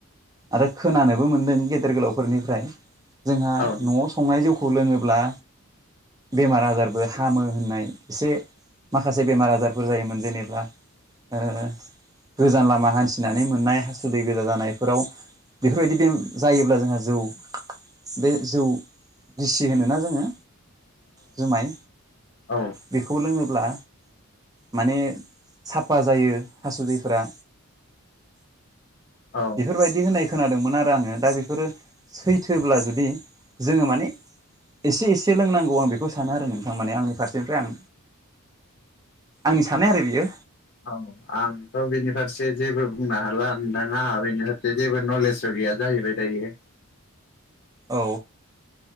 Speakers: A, on the right; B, on the left.
A: आरो खोनानोबो मोनदों गेदेर गोलावफोरनिफ्राय जोंहा
B: औ
A: नआव संनाय जौ खौ लोङोब्ला बेमार आजारबो हामो होननाय एसे। माखासे बेमार आजारफोर जायोमोन जेनेबा ओ गोजान लामा हान्थि नानै मेंनाय हासुदै गोजा जानायफोराव बेफोरबायदि बे जायोब्ला जोंहा जौ। बे जौ गिसि होनोना जोङो? जुमाय
B: औ
A: बेखौ लोङो ब्ला माने साफा जायो हासुदैफोरा।
B: औ औ
A: बेफोरबायदि होन्नाय खोनादोंमोन आरो आङो दा बेफोरो सैथोब्ला जुदि जोङो माने एसे एसे लोंनांगौ आं बेखौ सानो आरो नोंथां माने आंनि फारसेनिफ्राय आं। आंनि सान्नाय आरो बियो।
B: औ आंथ बिनि फारसे जेबो बुंनो हाला नोंथां आंहा बेनि फारसे जेबो नलेजबो गैय गैया जाहैबाय दायो।
A: औ